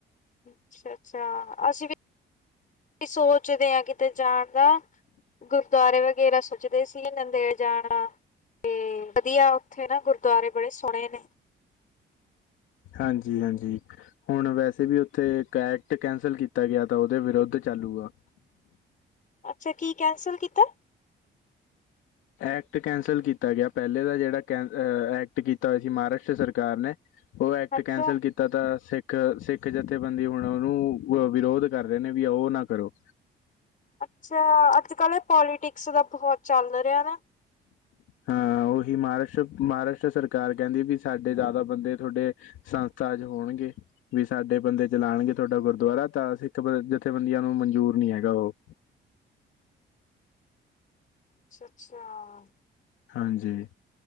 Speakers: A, on the left; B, on the left.
A: ਅੱਛਾ-ਅੱਛਾ, ਅਸੀਂ ਵੀ ਸੋਚਦੇ ਆ ਕਿਤੇ ਜਾਣ ਦਾ ਗੁਰਦੁਆਰੇ ਵਗੈਰਾ ਸੋ ਦੇ ਸੀ ਨਦੇੜ ਸੀ ਨੰਦੇੜ ਜਾਣਾ ਤੇ ਵਧੀਆ ਉੱਥੇ ਨਾ ਗੁਰਦੁਆਰੇ ਬੜੇ ਸੋਹਣੇ ਨੇ।
B: ਹਾਂਜੀ-ਹਾਂਜੀ, ਹੁਣ ਵੈਸੇ ਵੀ ਉੱਥੇ ਕੈ ਟ ਕੈਂਸਲ ਕੀਤਾ ਗਿਆ ਤਾਂ ਉਹਦੇ ਵਿਰੁੱਧ ਚਾਲੂ ਆ।
A: ਅੱਛਾ, ਕੀ ਕੈਂਸਲ ਕੀਤਾ?
B: ਐਕਟ ਕੈਂਸਲ ਕੀਤਾ ਗਿਆ। ਪਹਿਲੇ ਦਾ ਜਿਹੜਾ ਕੈ ਐਕਟ ਕੀਤਾ ਹੋਇਆ ਸੀ ਮਹਾਰਾਸ਼ਟਰ ਸਰਕਾਰ ਨੇ। ਉਹ ਐਕਟ
A: ਅੱਛਾ
B: ਕੈਂਸਲ ਕੀਤ ਤਾ ਤਾਂ ਸਿੱਖ, ਸਿੱਖ ਜਥੇਬੰਦੀ ਹੁਣ ਉਹਨੂੰ ਵਿਰੋਧ ਕਰ ਰਹੇ ਨੇ ਵੀ ਓ ਨਾ ਕਰੋ।
A: ਅੱਛਾ, ਅੱਜ-ਕੱਲ ਏਹ ਪੋਲੀਟਿਕਸ ਦਾ ਬਹੁਤ ਚੱਲ ਰਿਹਾ ਨਾ।
B: ਹਾਂ ਉਹੀ ਮਹਾਰਾਸ਼ਟਰ, ਮਹਾਰਾਸ਼ਟਰ ਸਰਕਾਰ ਕਹਿੰਦੀ ਵੀ ਸਾਡੇ ਜ਼ਿਆਦਾ ਬੰਦੇ ਥੋਡੇ ਸੰਸਥਾ ਚ ਹੋਣਗੇ। ਵੀ ਸਾਡੇ ਬੰਦੇ ਚਲਾਣਗੇ ਤੁਹਾਡਾ ਗੁਰਦੁਆਰਾ ਤਾਂ ਸਿੱਖ ਜਥੇਬੰਦੀਆਂ ਨੂੰ ਮਨਜ਼ੂਰ ਨੀ ਹੈਗਾ ਉਹ।
A: ਅੱਛਾ-ਅੱਛਾ।
B: ਹਾਂਜੀ।